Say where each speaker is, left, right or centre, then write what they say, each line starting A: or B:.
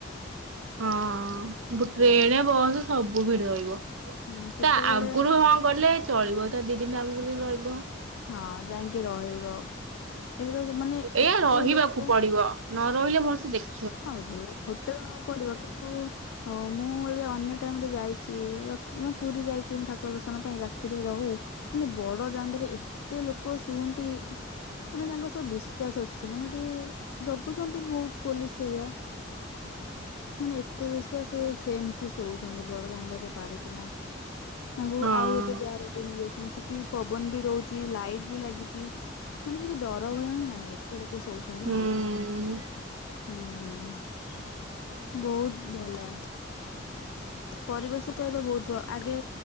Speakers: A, on the right; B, on the left.
A: ହଁ
B: ହୁଁ
A: ଟ୍ରେନ୍ ବସ୍ ସବୁ ଭିଡ ରହିବ
B: ହୁଁ ସେତେବେଳେ
A: ତା ଆଗରୁ ହଁ କଲେ ଚଳିବ ତା ଦି ଦିନ ଆଗରୁ କଲେ ରହିବ।
B: ହଁ ଯାଇକି ରହିବ। ଏବେ ତ ମାନେ
A: ଏୟା
B: ଏତେ
A: ରହିବାକୁ
B: ଲୋକ
A: ପଡିବ ନ ରହିଲେ ଭଲସେ ଦେଖ୍
B: ଆଉ ରୋ ହୋଟେଲ ନବାକୁ ପଡିବ କିନ୍ତୁ ଓ ମୁଁ ହେଲେ ଅନ୍ୟ ଟାଇମରେ ଯାଇଛି ରଥ ମାନେ ପୁରୀ ଯାଇଛି ଠାକୁର ଦର୍ଶନ ପାଇଁ ରାତିରେ ରହୁ ମାନେ ବଡ ଦାଣ୍ଡରେ ଏତେ ଲୋକ ଶୁଅନ୍ତି। ମାନେ ତାଙ୍କ ସହ ବିଶ୍ଵାସ ଅଛି ମାନେ ଟିକେ ଜଗୁଛନ୍ତି ବହୁତ ପୋଲିସ ସେଇଆ ମାନେ ଏତେ ବିଶ୍ୱାସି ସେମିତି ଶୋଉଛନ୍ତି ବଡ ଦାଣ୍ଡରେ ପାରିକିନା। ତାଙ୍କୁ
A: ହଁ
B: ଆଉ ଗୋଟେ ଦ୍ୱାର କୁ ନେଇଯାଉଛନ୍ତି ସେଠି ପବନ ବି ଦଉଛି ଲାଇଟ୍ ବି ଲାଗିଛି ମାନେ କିଛି ଡର ଭୟ ହିଁ ନାହିଁ ଏତେ ଲୋକ ଶୋଉଛନ୍ତି
A: ହୁଁ
B: ନା। ହୁଁ ବହୁତ ଭଲ। ପରିବେଶ ତ ଏବେ ବହୁତ ଭ ଆଗେ